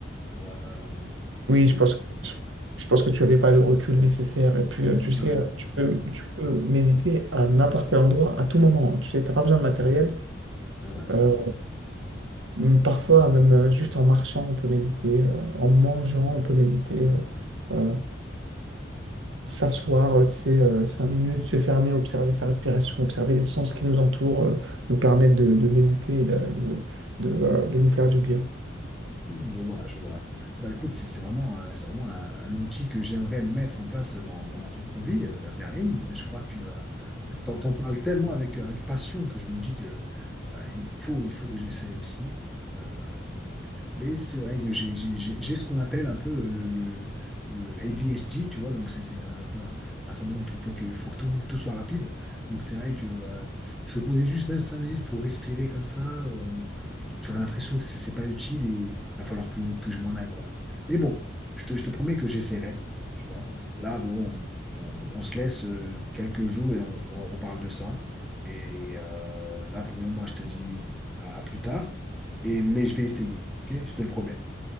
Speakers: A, in the centre; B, on the right.
A: pour, euh,
B: oui, je pense que, je pense que tu n'avais pas le recul nécessaire. Et puis,
A: je
B: euh,
A: n'avais
B: tu
A: pas
B: sais,
A: le recul
B: euh, tu
A: nécessaire.
B: peux, tu peux méditer à n'importe quel endroit, à tout moment. Tu sais, t'as pas besoin de matériel.
A: Ouais, ouais,
B: Euh, m- parfois, même euh, juste en marchant, on peut méditer. euh, en mangeant, on peut méditer. Euh, euh, S'asseoir, euh, tu sais, euh, cinq minutes, se fermer, observer sa respiration, observer les sens qui nous entourent, euh, nous permettent de, de méditer et de, de- de, euh, de nous faire du bien.
A: Je vois, je vois. Bah écoute, c'est c'est vraiment, euh, c'est vraiment un, un outil que j'aimerais mettre en place dans, dans ma propre vie, euh, la Verim. Et Je vois que, euh, en fait, t'en, t'en parles tellement avec, euh, avec passion que je me dis que euh, il faut, il faut que j'essaye aussi. Euh, mais c'est vrai que j'ai j'ai- j'ai- j'ai ce qu'on appelle un peu euh, le, le, le ADHD, tu vois, donc c'est c'est un peu un, un syndrome qu'il faut que, faut que tout, tout soit rapide. Donc c'est vrai que euh, se poser juste même cinq minutes pour respirer comme ça, euh, j'aurais l'impression que c'est c'est pas utile il va falloir que, que je m'en aille, quoi. Mais bon, je te, je te promets que j'essaierai, tu vois. Là, bon, on, on- on se laisse euh, quelques jours et on, on reparle de ça. Et euh, là, pour le moment, moi, je te dis à, à plus tard. Et, mais je vais essayer, ok? Je te le promets.